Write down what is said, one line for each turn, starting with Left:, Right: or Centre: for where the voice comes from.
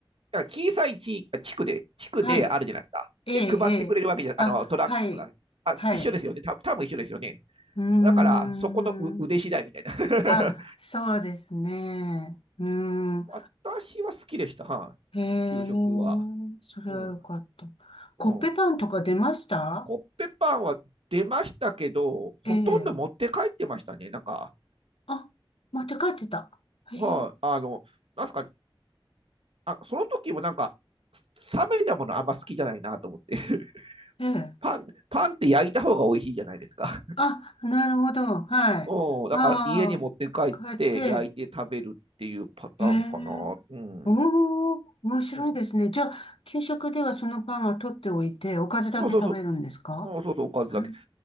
Right: だから小さい地域、地区で、地区であるじゃないですか。
Left: はい。ええ、ええ。
Right: で、配ってくれるわけじゃ、
Left: あ、
Right: あの、トラックが。
Left: はい。
Right: あ、
Left: はい。
Right: 一緒ですよね。た多分一緒ですよね。
Left: うーん。
Right: だから、そこのう腕次第みたいな。<laughs>
Left: あ、そうですね。うん。
Right: 私は好きでした、はい。
Left: へえ、
Right: 給食は。
Left: それはよかった。
Right: うん。
Left: コッペパンとか出ました
Right: うん。コッペパンは出ましたけど、ほとんど持って帰ってましたね。
Left: ええ。
Right: なんか、
Left: あ、持って帰ってた。へえ、
Right: はああの、なんすか、あ、その時もなんか、冷めたものあんま好きじゃないなと思って。<laughs>
Left: ええ。
Right: パン、パンって焼いた方が美味しいじゃないですか。
Left: あ、なるほど。はい。
Right: うん、
Left: ああ、
Right: だから家に持って帰って焼いて食べるっていうパターンかな。
Left: 帰って。へえ、
Right: うん。
Left: おお、面白いですね。
Right: うん、
Left: じゃあ、給食ではそのパンは取っておいて、おかずだけ食べるんですか
Right: そうそうそう。うん、そうそう、おかずだけ。
Left: うん